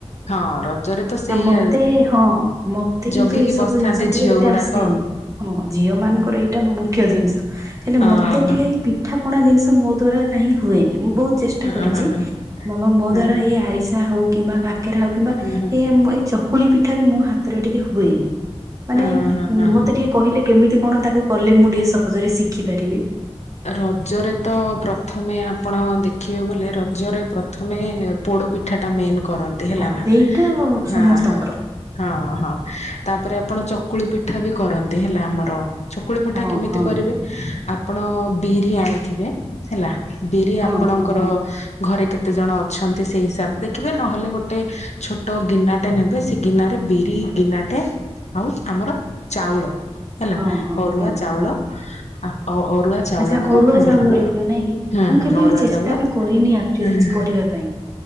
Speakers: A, on the left; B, on the right.
A: ହଁ ରଜରେ ତ ସେଇଆ
B: ମତେ ହଁ ମତେ
A: ଜଗିକି
B: କିନ୍ତୁ ଏସବୁ
A: ବସିଥାନ୍ତି
B: ଜିନିଷ ଟିକେ
A: ଝିଅ
B: ଏତେ
A: ଗୁଡାକ।
B: ଆସେନି। ହଁ ଝିଅ ମାନଙ୍କର ଏଇ ଟା ମୁଖ୍ୟ ଜିନିଷ ହେଲେ
A: ହଁ।
B: ମତେ ଟିକେ ପିଠା ପଣା ଜିନିଷ ମୋ ଦ୍ୱରା କାହିଁ ହୁଏନି ମୁଁ ବହୁତ୍ ଚେଷ୍ଟା
A: ହଁ
B: କରିଛି
A: ହଁ ହଁ
B: ମୋ ମୋ ମୋ
A: ହଁ
B: ଦ୍ଵାରା
A: ହଁ
B: ଏଇ ଆରିସା ହଉ କିମ୍ବା କାକେରା ହଉ କିମ୍ବା
A: ହଁ ହଁ
B: ଏଇଆ ଚକୁଳି ପିଠା ବି ମୋ ହାତରେ ଟିକେ ହୁଏନି ମାନେ
A: ହଁ ହଁ ହଁ।
B: ମତେ ଟିକେ କହିଲେ କେମିତି କଣ ତାକୁ କଲେ ମୁଁ ଟିକେ ସହଜରେ ଶିଖିପାରିବି।
A: ରଜରେ ତ ପ୍ରଥମେ ଆପଣ ଦେଖିବାକୁ ଗଲେ ରଜରେ ପ୍ରଥମେ ପୋଡ ପିଠା ଟା ମେନ୍ କରନ୍ତି ହେଲା
B: ହଁ
A: ନା
B: ସେଇଟା ସମସ୍ତଙ୍କର
A: ହଁ। ହଁ ହଁ ତାପରେ ଆପଣ ଚକୁଳି ପିଠା ବି କରନ୍ତି ହେଲା ଆମର ଚକୁଳି ପଠା
B: ହଁ
A: କେମିତି
B: ହଁ
A: କରିବେ
B: ହଁ
A: ଆପଣ ବିରି ଆଣିଥିବେ ହେଲା ବିରି
B: ହଁ
A: ଆପଣଙ୍କର
B: ହଁ ହଁ।
A: ଘରେ କେତେ ଜଣ ଅଛନ୍ତି ସେଇ ହିସାବରେ ଦେଖିବେ ନହେଲେ ଗୋଟେ ଛୋଟ ଗିନା ଟେ ନେବେ ସେ ଗିନାରେ ବିରି ଗିନାଟେ ଆଉ ଆମର ଚାଉଳ ହେଲା
B: ହଁ ହଁ
A: ଅରୁଆ
B: ହଁ
A: ଚାଉଳ
B: ହଁ
A: ଅ ଅରୁଆ ଚାଉଳକୁ
B: ଆଚ୍ଛା ଅରୁଆ ଚାଉଳରେ
A: ଗୋଟେ
B: ହୁଏ ନାଇଁ କି?
A: ହଁ
B: ମୁଁ
A: ହଁ
B: କେବେ
A: ଅରୁଆ
B: ବି ଚେଷ୍ଟା
A: ଚାଉଳ
B: ବି କରିନି ଆକ୍ଚୁଆଲି
A: ହୁଁ
B: କରିବା ପାଇଁ।